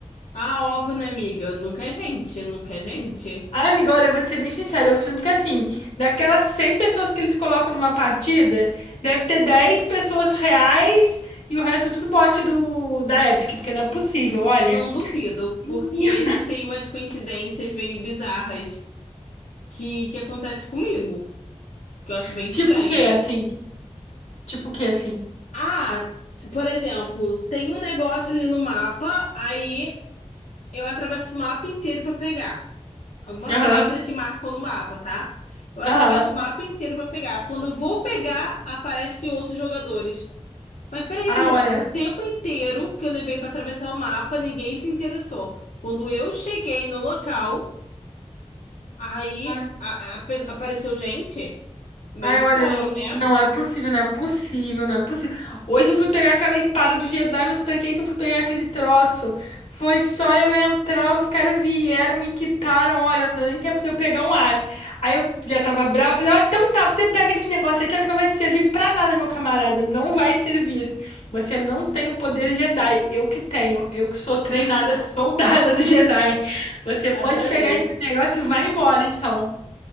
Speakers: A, on the left; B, on the left.
A: Ah, óbvio, né, amiga? Nunca é gente, nunca é gente.
B: Ah, amiga, olha, eu vou te ser bem sincera, eu sinto que assim, daquelas 100 pessoas que eles colocam numa partida, deve ter 10 pessoas reais e o resto é tudo bot do da Epic, porque não é possível, olha.
A: Eu não duvido,
B: Menino,
A: porque tem umas coincidências meio bizarras que, que acontecem comigo, que eu acho
B: <laughs>
A: bem estranhas.
B: Tipo o quê, assim? Tipo o quê, assim?
A: Ah, por exemplo, tem um negócio ali no mapa, aí eu atravesso o mapa inteiro pra pegar. Alguma
B: Aham,
A: coisa que marcou no mapa, tá? Eu atravesso
B: aham.
A: o mapa inteiro pra pegar. Quando eu vou pegar, aparecem outros jogadores. Mas peraí,
B: Ah,
A: ele-
B: olha.
A: o tempo inteiro que eu levei pra atravessar o mapa, ninguém se interessou. Quando eu cheguei no local, aí
B: Ah,
A: a- a pe- apareceu gente. Meio
B: Ai,
A: estranho,
B: olha, não,
A: né?
B: não é possível, não é possível, não é possível. Hoje eu fui pegar aquela espada do Jedi, mas pra que que eu fui pegar aquele troço? Foi só eu entrar, os caras vieram, me quitaram, olha, não deu nem tempo de eu pegar um ar. Aí eu já tava brava, falei, ó, então tá, você pega esse negócio aqui, ó, que não vai te servir pra nada, meu camarada, não vai servir. Você não tem o poder Jedi, eu que tenho, eu que sou treinada
A: <laughs>
B: <laughs> soldada do Jedi. Você pode
A: Adorei,
B: pegar esse negócio e vai embora, então.